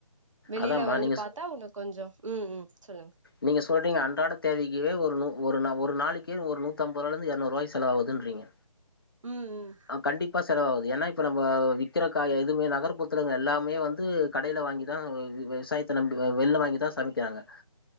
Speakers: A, on the right (about 55°); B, on the left (about 40°).
A: வெளில
B: அதாம்மா
A: வந்து
B: நீங்க
A: பாத்தா இன்னு கொஞ்ச ம் ம் சொல்லுங்
B: நீங்க சொல்றீங்க அன்றாட தேவைக்கு ஒரு நூ ஒரு ஒரு நாளைக்கே ஒரு நூத்தம்பது ரூவாலருந்து இரநூறுவா செலவாகுதுனு சொல்றிங்க
A: ம் ம்
B: கண்டிப்பா செலவாகுது ஏனா இப்ப நம்ம விக்கிற காய எதுவுமே நகர்புறத்துல எல்லாமே வந்து கடைல வாங்கிதா விவசாயத்த நம்பி வெளில வாங்கிதா சமைக்கிறாங்க